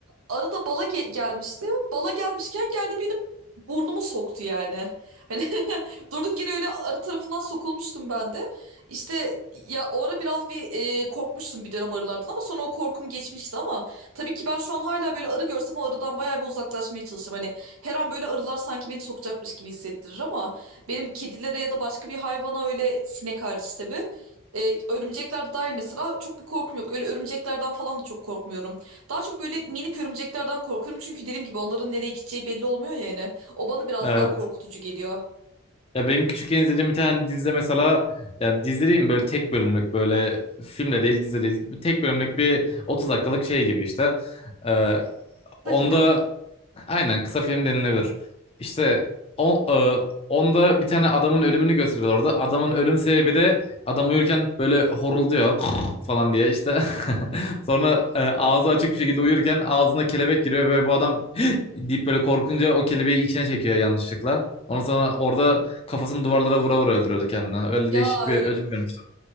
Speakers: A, on the right; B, on the left.
A: arada bala ge- gelmişti. Bala gelmişken geldi benim burnumu soktu yani. Hani <laughs> durduk yere öyle arı tarafından sokulmuştum ben de. İşte ya o ara biraz bir e, korkmuştum bir dönem arılardan ama sonra o korkum geçmişti ama tabii ki ben şu an hala böyle arı görsem o arıdan bayağı bir uzaklaşmaya çalışırım. Hani her an böyle arılar sanki beni sokacakmış gibi hissettirir ama benim kedilere ya da başka bir hayvana öyle sinek hariç tabii. E, örümcekler de dahil mesela çok bir korkum yok. Öyle örümceklerden falan da çok korkmuyorum. Daha çok böyle minik örümceklerden korkuyorum. Çünkü dediğim gibi onların nereye gideceği belli olmuyor yani. O bana biraz
B: Evet.
A: daha korkutucu geliyor.
B: Ya benim küçükken izlediğim bir tane dizide mesela yani dizi değil mi böyle tek bölümlük böyle filmle değil dizi değil tek bölümlük bir 30 dakikalık şey gibi işte. Ee, Onda
A: Bu film.
B: aynen kısa film denilebilir. İşte o, e, onda bir tane adamın ölümünü gösteriyorlar orada. Adamın ölüm sebebi de adam uyurken böyle horulduyor <laughs> falan diye işte. <laughs> Sonra
A: Ay,
B: e, ağzı açık bir şekilde uyurken ağzına kelebek giriyor ve bu adam <gasps> deyip böyle korkunca o kelebeği içine çekiyor yanlışlıkla. Ondan sonra orada kafasını duvarlara vura vura öldürüyordu kendini. Öyle
A: Ya
B: değişik bir
A: öyle
B: ölüm
A: bir
B: görmüştüm.